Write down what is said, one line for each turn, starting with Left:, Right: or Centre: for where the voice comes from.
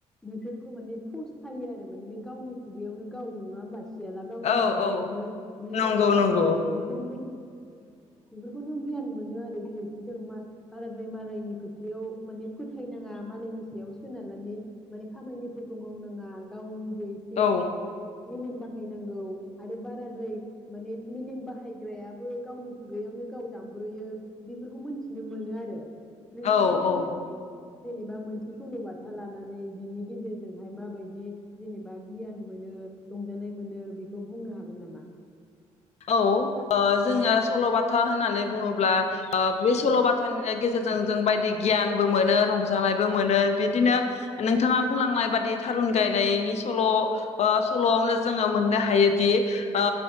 Centre: बिसोरफोरखौ माने फस्थायो आरो माने बे गावनि खुगायावनो गाव नङा होमबा? सियाला गावनि
Left: औ
Centre: खुगायावनो
Left: औ
Centre: बियो
Left: नंगौ
Centre: गाव
Left: नंगौ
Centre: बेफोरनिफ्राय बेफोरखौनो गियान मोनो आरो बे जों मा बाराद्राय मालायनि खोथायाव माने फोथायनाङा मालायनि सायाव सोनारनानै माने खामानिफोरखौ मावनाङा गावनि
Left: औ
Centre: <unintelligible> मेलेम बाहायनांगौ आरो बाराद्राय माने मेलेम बाहायग्रायाबो गावनि खुगायावनो गाव जामब्रयो। बेफोरखौ मोनथिनो मोनो आरो। नोंथाङाबो
Left: औ औ
Centre: जेनेबा मोनसे सल'बाथा लानानै बिनि गेजेरजोंहाय माबायदि जेनेबा गियान मोनो रंजानाय मोनो बेखौ बुंनो हागोन नामा?
Left: औ ओ जोङो सल'बाथा होननानै बुङोब्ला ब्ला ओ <unintelligible> सल'बाथानि गेजेरजों जों बाय गियानबो मोनो रंजानायबो मोनो बिदिनो। नोंथाङा बुंलांनाय बादि। थारुन गायनायनि सल' ओ सल'आवनो जोङो मोननो हायोदि ओ